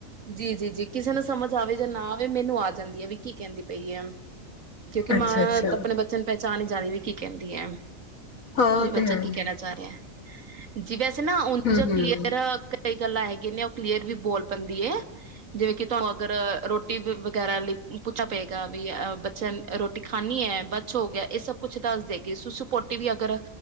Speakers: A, on the right; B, on the left.
A: ਜੀ ਜੀ ਜੀ ਕਿਸੇ ਨੂੰ ਸਮਝ ਆਵੇ ਜਾਂ ਨਾ ਆਵੇ ਮੈਨੂੰ ਆ ਜਾਂਦੀ ਐ ਵੀ ਕੀ ਕਹਿੰਦੀ ਪਈ ਆ ਕਿਉਂਕਿ
B: ਅੱਛਾ
A: ਮਾਂ
B: ਅੱਛਾ,
A: ਤਾਂ ਆਪਣੇ ਬੱਚੇ ਨੂੰ ਪਛਾਣ ਜਾਂਦੀ ਕੀ ਕਹਿੰਦੀ ਐ
B: ਹਾਂ
A: ਵੀ
B: ਉਹ
A: ਬੱਚਾ
B: ਤੇ ਹੈ
A: ਕੀ
B: ਹੀ।
A: ਕਹਿਣਾ ਚਾ ਰਿਐ ਜੀ ਵੈਸੇ ਨਾ ਉਂਜ
B: ਹੂੰ
A: ਕਲੀਅਰ
B: ਹੂੰ
A: ਕਈ ਗੱਲਾਂ ਹੈਗੀਆਂ ਨੇ, ਉਹ ਕਲੀਅਰ ਵੀ ਬੋਲ ਪੈਂਦੀ ਹੈ। ਜਿਵੇਂ ਕਿ ਤੁਹਾਨੂੰ ਅਗਰ ਰੋਟੀ ਵਗੈਰਾ ਲਈ ਪੁੱਛਾ ਪਏਗਾ ਵੀ ਅਹ ਬੱਚਿਆਂ ਨੂੰ ਰੋਟੀ ਖਾਨੀ ਹੈ। ਬਛ ਹੋ ਗਿਆ? ਇਹ ਸਭ ਕੁੱਛ ਦੱਸ ਸੁਸੁ ਪੋਟੀ ਵੀ ਅਗਰ